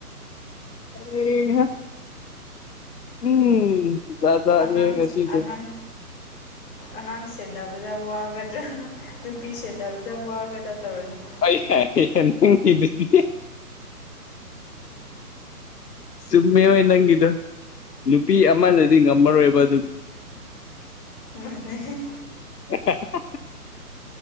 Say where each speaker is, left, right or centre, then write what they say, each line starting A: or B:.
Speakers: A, on the left; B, on the left.
A: ꯍꯩꯍꯥ ꯎꯝ ꯖꯥꯠꯖꯥꯠꯅꯤ
B: ꯑꯉꯥꯡ
A: ꯉꯁꯤꯁꯦ
B: ꯑꯉꯥꯡ ꯑꯉꯥꯡ ꯁꯦꯟꯅꯕꯗ ꯋꯥꯒꯗ꯭ꯔꯥ ꯅꯨꯄꯤ ꯁꯦꯟꯅꯕꯗ ꯋꯥꯒꯗ ꯇꯧꯔꯗꯤ
A: ꯑꯩ ꯌꯥꯏꯍꯦ ꯅꯪꯒꯤꯗꯨꯗꯤ ꯆꯨꯝꯃꯦ ꯍꯣꯏ ꯅꯪꯒꯤꯗꯣ ꯅꯨꯄꯤ ꯑꯃꯅꯗꯤ ꯉꯝꯃꯔꯣꯏꯕ ꯑꯗꯨ
B: ꯃꯥꯅꯦ
A: ꯑꯦ <unintelligible>